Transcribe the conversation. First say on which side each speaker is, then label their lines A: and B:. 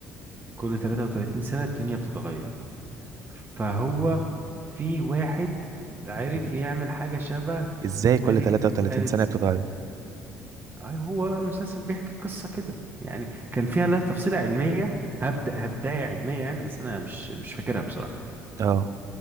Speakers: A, on the right; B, on the right.
A: كل 33 سنة الدنيا بتتغير فهو في واحد عرف
B: يعني
A: يعمل حاجة شبه
B: ازاي كل
A: آلة
B: 33
A: آلة
B: سنة
A: ز-
B: بتتغير
A: أي هو بقى المسلسل بيحكي قصة كده يعني كان فيها لها تفصيلة علمية هبدأ هبداية علمية يعني بس أنا مش مش فاكرها بصراحة
B: اه